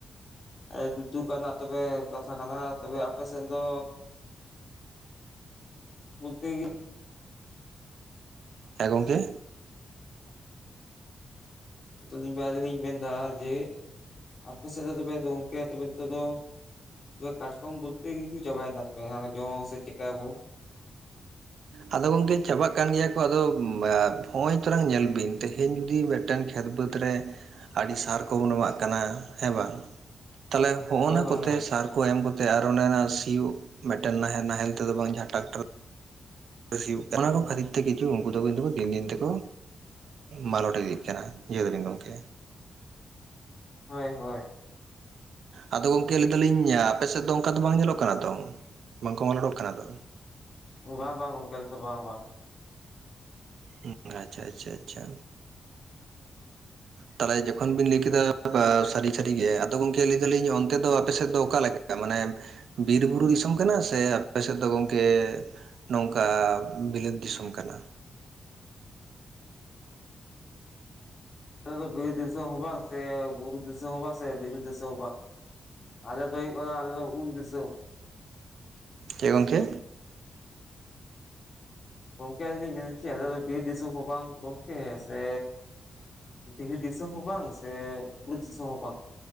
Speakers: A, on the left; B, on the right.
A: ᱟᱰᱤ ᱫᱩᱠ ᱟᱱᱟᱜ ᱛᱚᱵᱮ ᱠᱟᱛᱷᱟ ᱠᱟᱱᱟ ᱛᱚᱵᱮ ᱟᱯᱮᱥᱮᱱ ᱫᱚ ᱵᱚᱞᱛᱮ ᱜᱮ
B: ᱦᱮᱸ ᱜᱚᱢᱠᱮ?
A: ᱱᱤᱛᱚᱜ <unintelligible> ᱟᱹᱞᱤᱧ ᱞᱤᱧ ᱢᱮᱱᱫᱟ ᱡᱮ ᱟᱯᱮ ᱥᱮᱫ ᱫᱚ ᱛᱚᱯᱮ ᱟᱫᱚ ᱜᱚᱝᱠᱮ ᱛᱚᱵᱮ ᱱᱤᱛᱚᱜ ᱫᱚ ᱛᱚᱵᱮ ᱠᱟᱴᱠᱚᱢ ᱵᱚᱞᱛᱮ ᱜᱮᱠᱩ ᱪᱟᱵᱟᱭᱱᱟ ᱛᱚᱵᱮ ᱡᱚᱢᱟ ᱥᱮ ᱪᱮᱠᱟᱭ ᱵᱚ
B: ᱟᱫᱚ ᱜᱚᱝᱠᱮ ᱪᱟᱵᱟᱜ ᱠᱟᱱ ᱜᱮᱭᱟ ᱠᱚ ᱟᱫᱚ ᱱᱚᱸᱜᱼᱚᱭ ᱛᱚᱨᱟᱝ ᱧᱮᱞ ᱵᱤᱱ ᱛᱮᱦᱮᱧ ᱡᱩᱫᱤ ᱢᱤᱫᱴᱮᱱ ᱠᱷᱮᱛ ᱵᱟᱹᱫᱽ ᱨᱮ ᱟᱹᱰᱤ ᱥᱟᱨ ᱠᱚᱵᱚᱱ ᱮᱢᱟᱜ ᱠᱟᱱᱟ ᱦᱮᱸ ᱵᱟᱝ? ᱛᱟᱦᱚᱞᱮ ᱦᱚᱸᱜᱼᱱᱟ
A: ᱦᱳᱭ ᱦᱳᱭ
B: ᱠᱚᱛᱮ
A: ᱦᱳᱭ
B: ᱥᱟᱨ ᱠᱩ ᱮᱢ ᱠᱟᱛᱮ ᱟᱨ ᱚᱱᱟ ᱱᱟ ᱥᱤᱭᱳᱜ ᱢᱤᱫᱴᱮᱱ ᱱᱟᱦᱮᱞ ᱱᱟᱦᱮᱞ ᱛᱮᱫᱚ ᱵᱟᱝ ᱴᱟᱨᱟᱠᱟᱨ ᱥᱤᱭᱩᱜ
A: ᱦᱩᱸ
B: ᱚᱱᱟ ᱠᱚ
A: ᱦᱩᱸ
B: ᱠᱷᱟᱹᱛᱤᱨ ᱛᱮ ᱩᱱᱠᱩ ᱫᱚ ᱠᱤᱱᱛᱩ ᱫᱤᱱ ᱫᱤᱱ ᱛᱮᱠᱚ ᱢᱟᱞᱚᱴ ᱤᱫᱤᱜ ᱠᱟᱱᱟ ᱡᱷᱟᱣ ᱫᱟᱵᱤᱱ ᱜᱚᱢᱠᱮ?
A: ᱦᱳᱭ ᱦᱳᱭ᱾
B: ᱟᱫᱚ ᱜᱚᱢᱠᱮ ᱞᱟᱹᱭ ᱫᱟᱞᱤᱧ ᱟᱯᱮ ᱥᱮᱫ ᱫᱚ ᱚᱱᱠᱟ ᱫᱚ ᱵᱟᱝ ᱧᱮᱞᱚᱜ ᱠᱟᱱᱟ ᱛᱚ? ᱵᱟᱝᱠᱚ ᱢᱟᱞᱚᱴᱚᱜ ᱠᱟᱱᱟ ᱛᱚ?
A: ᱵᱟᱝ ᱵᱟᱝ ᱜᱚᱝᱠᱮ ᱟᱞᱮ ᱥᱮᱫ ᱵᱟᱝ ᱵᱟᱝ᱾
B: ᱦᱩᱸ ᱟᱪᱪᱷᱟ ᱟᱪᱪᱷᱟ ᱟᱪᱪᱷᱟ᱾ ᱛᱟᱦᱚᱞᱮ ᱡᱚᱠᱷᱚᱱ ᱵᱤᱱ ᱞᱟᱹᱭ ᱠᱮᱫᱟ ᱥᱟᱹᱨᱤ ᱥᱟᱹᱨᱤᱜᱮ ᱟᱫᱚ ᱜᱚᱢᱠᱮ ᱞᱟᱹᱭ ᱫᱟᱞᱤᱧ ᱚᱱᱛᱮ ᱫᱚ ᱟᱯᱮ ᱥᱮᱫ ᱫᱚ ᱚᱠᱟ ᱞᱮᱠᱟ ᱢᱟᱱᱮ ᱵᱤᱨ ᱵᱩᱨᱩ ᱫᱤᱥᱚᱢ ᱠᱟᱱᱟ ᱥᱮ ᱟᱯᱮ ᱥᱮᱫ ᱫᱚ ᱜᱚᱢᱠᱮ ᱱᱚᱝᱠᱟ ᱵᱤᱞᱟᱹᱛ ᱫᱤᱥᱚᱢ ᱠᱟᱱᱟ?
A: ᱟᱞᱮ ᱫᱚ ᱵᱤᱨ ᱫᱤᱥᱚᱢ ᱦᱚᱸ ᱵᱟᱝ, ᱥᱮ ᱵᱩᱨᱩ ᱫᱤᱥᱚᱢ ᱦᱚᱸ ᱵᱟᱝ, ᱥᱮ ᱫᱤᱲᱤ ᱫᱤᱥᱚᱢ ᱦᱚᱸ ᱵᱟᱝ, ᱟᱞᱮ ᱫᱚ ᱦᱳᱭᱳᱜ ᱠᱟᱱᱟ ᱟᱞᱮ ᱫᱚ ᱩᱞ ᱫᱤᱥᱟᱹᱢ᱾
B: ᱪᱮ ᱜᱚᱝᱠᱮ?
A: ᱜᱚᱝᱠᱮ ᱟᱞᱤᱧ ᱞᱤᱧ ᱢᱮᱱᱮᱫ ᱦᱚᱪᱚ ᱟᱞᱮ ᱫᱚ ᱵᱤᱨ ᱫᱤᱥᱚᱢ ᱦᱚᱸ ᱵᱟᱝ ᱜᱚᱝᱠᱮ ᱥᱮ ᱫᱷᱤᱨᱤ ᱫᱤᱥᱟᱹᱢ ᱦᱚᱸ ᱵᱟᱝ ᱥᱮ ᱵᱩᱨᱩ ᱫᱤᱥᱟᱹᱢ ᱦᱚᱸ ᱵᱟᱝ